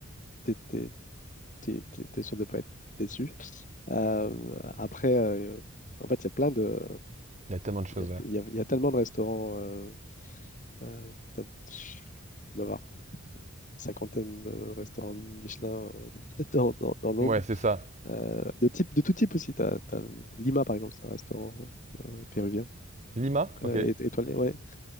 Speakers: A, on the left (about 35°); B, on the right (about 30°).
A: T'es t'es- t'es- t'es- t'es sûr de ne pas être déçu. Euh, après, euh, en fait, il y a plein de...
B: Il y a tellement de choses,
A: Il y a,
B: ouais.
A: il y a- il y a tellement de restaurants. Euh, euh, t'as- je dois avoir cinquantaine de restaurants Michelin euh, <laughs> dans, dans, dans Londres.
B: Ouais, c'est ça.
A: Euh, de type, de tout type aussi. T'as, t'as Lima, par exemple, c'est un restaurant euh, péruvien.
B: Lima?
A: Euh,
B: Ok.
A: et- étoilé, ouais.